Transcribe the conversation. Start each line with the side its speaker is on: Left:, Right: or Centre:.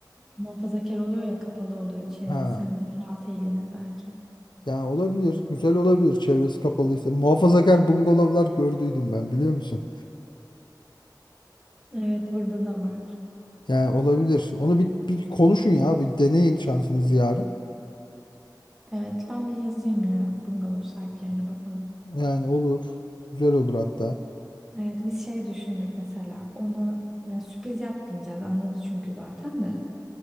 Centre: muhafazakar oluyor ya kapalı oluyor çevresi.
Left: ha
Centre: Hem daha rahat eğlenir belki.
Left: yani olabilir. Güzel olabilir çevresi kapalıysa. Muhafazakar bungalovlar gördüydüm ben biliyor musun?
Centre: Evet burada da var.
Left: Yani olabilir. Onu bir, bir konuşun ya. Bir deneyin şansınızı yarın.
Centre: Evet ben bir yazayım ya bungalov sahiplerine bakalım.
Left: Yani olur. Güzel olur hatta.
Centre: Evet biz şey düşündük mesela ona yani sürpriz yapmayacağız anladı çünkü zaten de